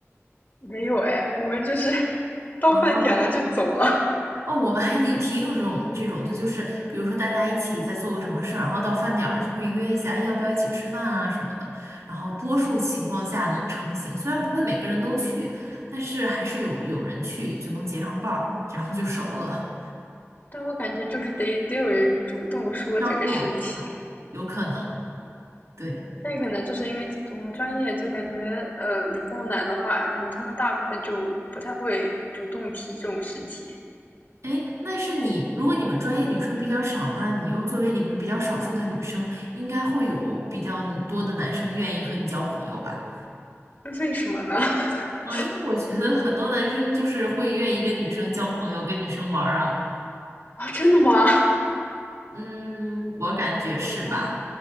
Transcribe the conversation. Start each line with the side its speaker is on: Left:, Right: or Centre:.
Left: 没有哎，我们就是 <laughs> 到饭点了就走了。
Right: 哦
Left: <laughs>
Right: 哦，我们还挺挺有这种这种的，就是比如说大家一起在做个什么事儿，然后到饭点儿就会约一下，哎要不要一起吃饭啊什么的。然后多数情况下能成行，虽然不会每个人都去，但是还是有有人去就能结上伴儿，然后就熟了，
Left: 但我感觉就是得得有人主动说这个事情。
Right: 张罗是吧？有可能，对。
Left: 那可能就是因为我们专业就感觉，呃，理工男的话，感觉他们大部分就不太会主动提这种事情。
Right: 哎，那是你，如果你们专业女生比较少，那你又作为里面比较少数的女生，应该会有比较多的男生愿意和你交朋友吧？
Left: 那为什么呢？<laughs>
Right: 嗯，因为我觉得很多男生就是会愿意跟女生交朋友，跟女生玩儿啊。
Left: 啊，真的吗？
Right: 嗯，我感觉是吧？
Left: 有吗？